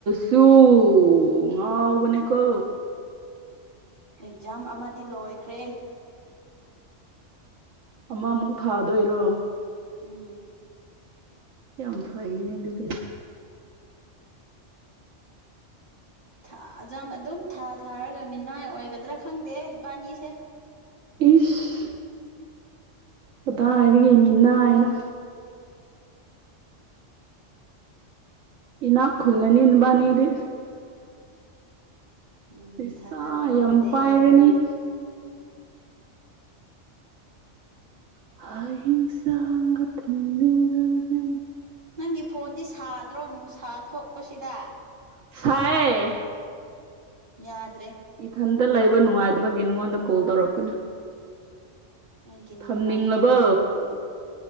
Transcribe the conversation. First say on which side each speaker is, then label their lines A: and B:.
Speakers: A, on the right; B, on the right.
A: ꯑꯗꯨ ꯉꯥꯎꯕꯅꯤ ꯀꯣ
B: ꯑꯦꯛꯖꯥꯝ ꯑꯃꯗꯤ ꯂꯣꯏꯈ꯭ꯔꯦ
A: ꯑꯃꯃꯨꯛ ꯊꯥꯗꯣꯏꯔꯣ
B: ꯎꯝ
A: ꯌꯥꯝ ꯐꯩꯅꯦ ꯑꯗꯨꯗꯤ
B: ꯊꯥ ꯑꯦꯛꯖꯥꯝ ꯑꯗꯨꯝ ꯊꯥ ꯊꯥꯔꯒ ꯃꯤꯅꯥꯏ ꯑꯣꯏꯒꯗ꯭ꯔꯥ ꯈꯪꯗꯦ ꯏꯕꯥꯅꯤꯁꯦ
A: ꯏꯁ ꯀꯗꯥꯏꯗꯒꯤ ꯃꯤꯅꯥꯏꯅꯣ ꯏꯅꯥꯛ ꯈꯨꯜꯂꯅꯤ ꯅꯕꯥꯅꯤꯗꯤ
B: ꯎꯝ
A: ꯄꯩꯁꯥ
B: ꯊꯥꯖꯕ ꯉꯝꯗꯦ
A: ꯌꯥꯝ ꯄꯥꯏꯔꯅꯤ <unintelligible>
B: ꯅꯪꯒꯤ ꯐꯣꯟꯗꯤ ꯁꯥꯗ꯭ꯔꯣ ꯅꯨꯡꯁꯥ ꯊꯣꯛꯄꯁꯤꯗ
A: ꯁꯥꯏꯌꯦ
B: ꯌꯥꯗ꯭ꯔꯦ
A: ꯏꯊꯟꯇ ꯂꯩꯕ ꯅꯨꯡꯉꯥꯏꯗꯕꯒꯤ ꯅꯪꯉꯣꯟꯗ ꯀꯣꯜ ꯇꯧꯔꯛꯄꯅꯦ
B: ꯑꯩꯒꯤ
A: ꯊꯝꯅꯤꯡꯂꯕꯣ
B: ꯅꯠꯇꯣꯟꯅ